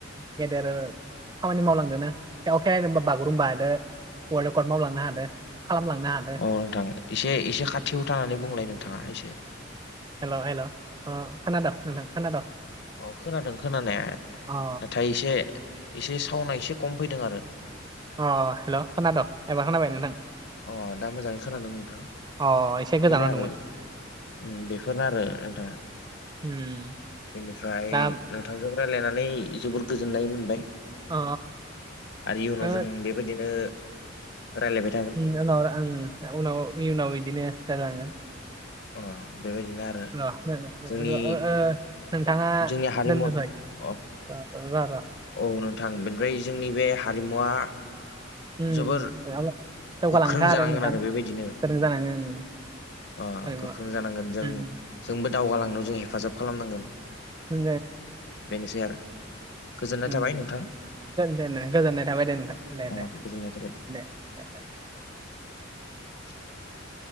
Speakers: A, on the right; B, on the left.
A: गेदेर खामानि मावलांदोना <unintelligible> बागुरुम्बादो वारल्ड रेकर्ड मावलांनो हादों खालामलांनो हादों
B: अ नोंथां एसे एसे खाथियाव थानानै बुंलाय नोंथाङा एसे
A: हेल' हेल' ओ खोनाद' नोंथां खोनाद'?
B: अ खोनादों खोनानाया
A: अ
B: नाथाय एसे एसे सावनाय एसे खम फैदों आरो।
A: अ हेल' खोनाद' एबार खोनाबाय नोंथां?
B: अ दा मोजाङै खोनादों नोंथां
A: अ एसे गोजानाव
B: बेनो आरो।
A: दंमोन
B: उम बेफोरनो आरो नोंथाङा
A: उम
B: बेनिफ्राय
A: दा
B: नो नोंथांजों रायलायनानै जोबोर गोजोननाय मोनबाय।
A: अ
B: आरो इयुनाव
A: अ ओ,
B: जों बेबायदिनो रायलायबाय था
A: बिनि उनाव उनाव इयनाव इदिनो जालांगोन।
B: अ बेबायदिनो आरो
A: र-र
B: जोंनि
A: ओ नोंथाङा
B: जोंनि हारिमुवा
A: दोननोसय?
B: अ
A: ओ र-र
B: औ नोंथां बेनिफ्राय जोंनि बे हारिमुवा
A: उम
B: जोबोर
A: उम, जौगालांथों
B: गोख्रों जानांगोन
A: नोंथां
B: आरो बेबायदिनो।
A: गोरों जानानै उम
B: अ
A: हारिमुवा
B: गोख्रों जानांगोन जों
A: उम
B: जोंबो दावगालांनायाव जों हेफाजाब खालामनांगोन।
A: <inaudible> ओम
B: बेनोसै आरो गोजोननाय
A: उम
B: थाबाय नोंथां
A: दे गोजोननाय थाबाय दे नोंथां दे
B: अ
A: दे
B: गोजोननाय थाबाय
A: दे। दे दे।
B: <inaudible>